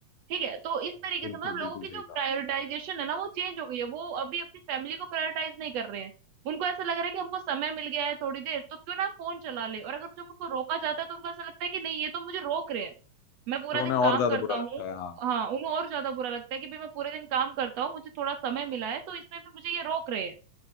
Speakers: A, on the right; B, on the left.
A: ठीक है तो इस तरीके
B: बिल्कुल
A: से मतलब लोगों
B: बिल्कुल
A: की
B: सही
A: जो
B: कहा
A: प्रायोरिटाइजेशन है ना वो चेंज हो गई है वो अभी अपनी फैमिली को प्रायोरिटाइज नहीं कर रहे हैं उनको ऐसा लग रहा है कि हमको समय मिल गया है थोड़ी देर तो क्यों ना फोन चला ले और अगर जब उनको रोका जाता है तो उनको ऐसा लगता है कि नहीं ये तो मुझे रोक रहे हैं मैं पूरा
B: तो
A: दिन
B: उन्हें और
A: काम
B: ज्यादा
A: करता
B: बुरा
A: हूँ
B: लगता है हाँ
A: हाँ उन्हें और ज्यादा बुरा लगता है कि भाई मैं पूरे दिन काम करता हूँ मुझे थोड़ा समय मिला है तो इसमें भी मुझे ये रोक रहे हैं